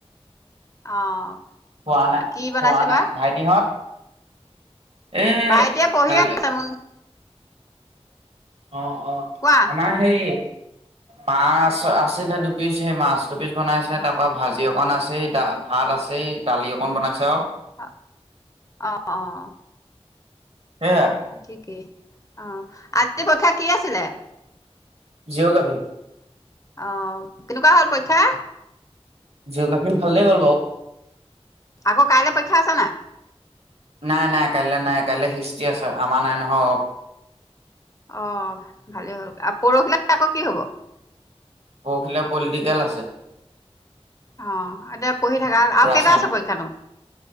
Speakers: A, on the left; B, on the right.
A: অ'।
B: খোৱা নাই,
A: কি বনাইছে
B: খোৱা নাই
A: বা
B: ভাইটিহঁত এ
A: ভাই এতিয়া পঢ়িয়ে
B: কাল
A: আছে ম
B: অ', অ',
A: কোৱা
B: আমাৰ সেই মাছ আছিলহে দুপিচ সেই মাছ দুপিচ বনাইছে তাৰ পৰা ভাজি অকন আছেই ভাত আছে। এই দালি অকন বনাইছা আৰু।
A: অ', অ'।
B: সেইয়া
A: ঠিকেই অ' আজি পৰীক্ষা কি আছিলে?
B: জীঅগ্ৰাফী।
A: আহ, কেনেকুৱা হ'ল পৰীক্ষা?
B: জীঅগ্ৰাফি ভালে হ'ল বাৰু।
A: আকৌ কাইলে পৰীক্ষা আছে নাই।
B: নাই নাই কাইলৈ নাই কাইলৈ হিষ্টি আছে আমাৰ নাই নহয়।
A: অ' ভালে হ'ল আৰু পৰহিলে আকৌ কি হব?
B: কৌখিলা পলিটিকেল আছে।
A: অ, এতিয়া পঢ়ি থাককা আৰু
B: ৰাজনৈত
A: কেইটা আছে পৰীক্ষাটো।